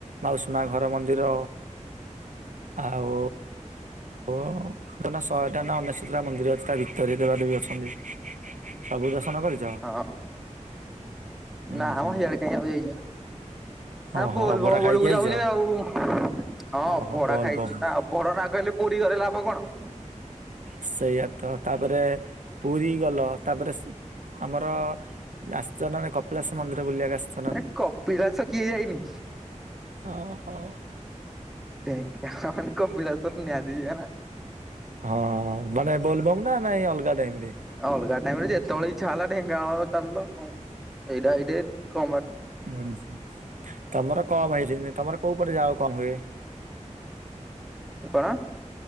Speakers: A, on the right; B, in the centre.
A: ମାଉସୀ ମା ଘର ମନ୍ଦିର ଆଉ। ଓ <unintelligible> ଶହେଟା ନା ଅନେଶତ ଟା ମନ୍ଦିର ଅଛି ତା ଭିତରେ ଦେବାଦେବୀ ଅଛନ୍ତି। ସବୁ ଦର୍ଶନ କରି
B: ହଁ
A: ଉୁଁ
B: ନା
A: ହୁଁ
B: ମ ହିଆଡେ। <unintelligible> ଯାଇଚି ଆମ୍
A: ଓହୋ
B: ବୋଲ
A: ଅଭଡା
B: ବମ୍ ବେଳୁକୁ
A: ଖାଇକି ଆଇଛ
B: ଯାଉଚେ ଆଉ। ହଁ ଅଭଡା
A: ଓହୋ ବୋଲ
B: ଖାଇଚୁ
A: ବମ୍
B: ନା ଅଭଡା ନ ଖାଇଲେ ପୁରୀ ଘରେ ଲାଭ କଣ?
A: ସେଇଆ ତ ତାପରେ ପୁରୀ ଗଲ ତାପରେ ସ୍ ଆମର ଆସିଚ ନା ନାଇଁ କପିଳାସ ମନ୍ଦିର ବୁଲିବାକୁ ଆସିଚ
B: ଏ କପିଳାସ କିଏ ଯାଇନି?
A: ହଁ ହଁ।
B: ଢେଙ୍କାନାଳ ମାନେ କପିିଳାସ ନିହାତି ଯିବେ ନା।
A: ହଁ ମାନେ ବୋଲବମ୍ ନା ନାଇଁ ଅଲଗା ଟାଇମ ରେ?
B: ଅଲଗା ଟାଇମ୍ ରେ ଯେତବେଳେ ଇଚ୍ଛା ହେଲା ଢେଙ୍ଗାନାଳ ଚାଲଲ ଏଇଟା ଏଇଟେ କମ୍ ବାଟ।
A: ହୁଁ ହୁଁ ତମର କମ୍ ହେଇଚି ତମର କୋଉ ପଟେ ଯାଅ କମ୍ ହୁଏ?
B: କଣ?